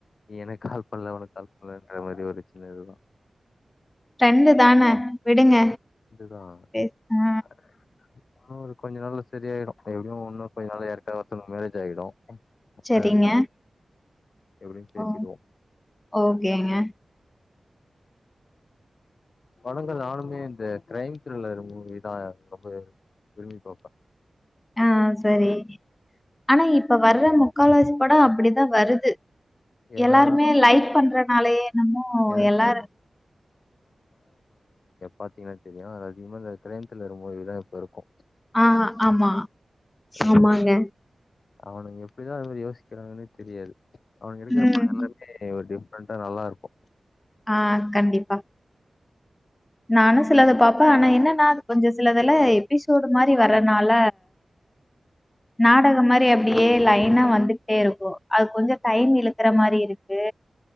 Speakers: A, on the left (about 70°); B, on the left (about 25°).
A: எனக் கால் பண்ல உனக்கு கால் பண்லன்ற மாதிரி ஒரு பிரச்சன இதுதா
B: ஃப்ரெண்டு தான விடுங்க
A: இதுதா
B: பேச ஆ
A: <inaudible> கொஞ்ச நாள்ல ஸ் செரி ஆயிடு எப்டியும் உன்னு கொஞ்ச நாள்ல ஏற்காவ ஒருத்தனுக் மேரேஜ் ஆயிடும்
B: சரிங்க
A: அதுக்குள்ள எப்டியும் பேசிடுவோம்.
B: ஓ ஓகேங்க
A: படங்கள் நானுமே இந்த கிரைம் த்ரில்லர் மூவி தான் ரொம்பவே விரும்பி பாப்ப.
B: ஆ சரி ஆனா இப்ப வர்ற முக்கால்வாசி படோ அப்புடிதா வருது
A: ஏன்னா,
B: எல்லாருமே லைக் பண்றனாலயே என்னமோ
A: எனக்கு
B: எல்லாரும்
A: பாத்தீங்கன்னா தெரியு அதுல அதிகமா இந்த க்ரைம் தில்லர் மூவி தா இப்ப இருக்கூ.
B: ஆ ஆமா
A: அது
B: ஆமாங்க.
A: அவனுங்க எப்புடிதா அது மாரி யோசிக்குறாங்கனே தெரியாது. அவங்க எடுக்குற
B: ம்.
A: படோ எல்லாமே ஒரு டிஃப் ப்ரெண்ட்ல நல்லா இருக்கூ.
B: ஆஹ் கண்டிப்பா நானு சிலத பாப்பே ஆனா என்னன்னா அது கொஞ்ஜொ சிலதுல எபிசோடு மாரி வரனால நாடகம் மாரி அப்டியே லைனா வந்துகிட்டே இருக்கு அது கொஞ்ச டைம் இழுக்ற மாரி இருக்கு